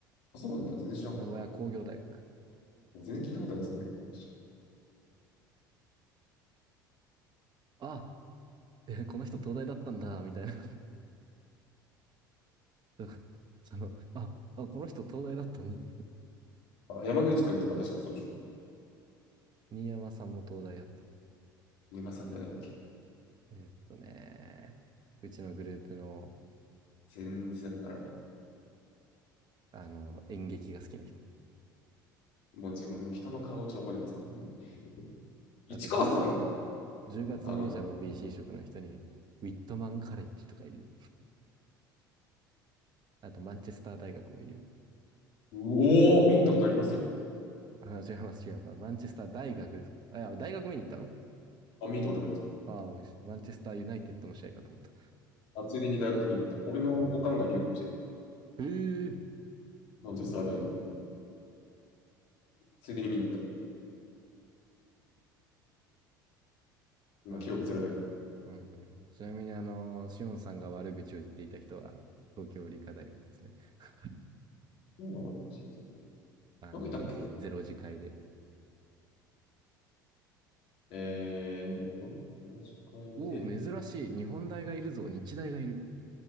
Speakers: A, on the left; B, on the right.
A: あ、そうなんだ。全然知らなかった。
B: 名古屋工業大学。
A: もう全然聞いたことない、その辺の話。
B: あ、えこの人東大だったんだ、みたいな。<laughs> だからその、あ、あ、この人東大だったのに
A: あ、山口くんとか確かそうでしょ。
B: 新山さんも東大やった。
A: 山さんじゃないっけ
B: えーっとね、うちのグループの、
A: 全然わからん。
B: あの、演劇が好きな人。
A: もう自分も人の顔をちょっと覚えなくてた。
B: あと10月、
A: 市川さん、
B: 10月入社の
A: あの、う
B: BC 職の人に、ウィットマンカレッジとかいるよ。あと、マンチェスター大学もいるよ。
A: おー、見に行ったことありますよ。
B: あ、違います、違います。マンチェスター大学ですか。あ、いや、大学見に行ったの
A: あ、見に行ったことありますよ。
B: ああ、マンチェスターユナイテッドの試合かと思った。
A: あ、ついでに大学見に行った。俺のおかんが留学してて、
B: うん、へえ、
A: まあ、実は大に、ついでに見に行った。ま記憶ゼロだけ
B: うんうんうん、ちなみに、あの、しおんさんが悪口を言っていた人は、東京理科大学ですね。<laughs>
A: ど。今悪口言ってた。
B: あの、
A: なんかいたっけ
B: 1、0次会で。
A: えー、っと、よろしくで。
B: お、珍しい。日本大がいるぞ。日大がいる。